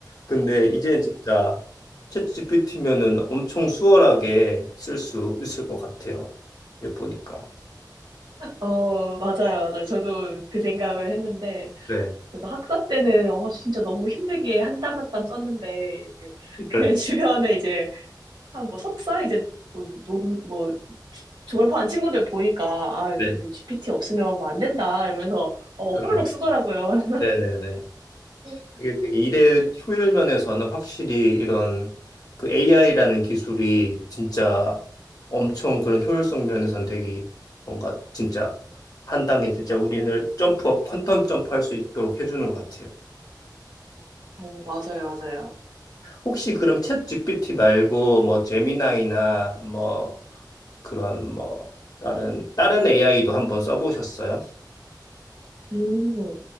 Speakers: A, on the left (about 55°); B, on the right (about 80°).
A: 근데 이제는 진짜 챗 GPT면은 엄청 수월하게 쓸 수 있을 것 같아요. 이렇게 보니까.
B: 어, 맞아요, 맞아요. 저도 그 생각을 했는데,
A: 네.
B: 저도 학사 때는, 어, 진짜 너무 힘들게 한땀 한땀 썼는데, 이제 <laughs>
A: 그렇죠.
B: 주변에 이제 한 뭐 석사 이제 뭐, 논, 뭐 졸업한 친구들 보니까 아 이제
A: 네.
B: GPT 없으면 뭐 안 된다 이러면서 어, 뭐
A: 그러니까.
B: 호로록 쓰더라고요.
A: 네네네.
B: <laughs> 어,
A: 이게 되게 일의 효율 면에서는 확실히 이런 그 AI라는 기술이 진짜 엄청 그런 효율성 면에서는 되게 뭔가 진짜 한 단계 진짜 우리를 점프업, 퀀텀 점프할 수 있도록 해주는 것 같아요.
B: 어, 맞아요, 맞아요.
A: 혹시 그럼 챗 GPT 말고 뭐 제미나이나 뭐 그런 뭐 다른 다른 AI도 한번 써보셨어요?
B: 음,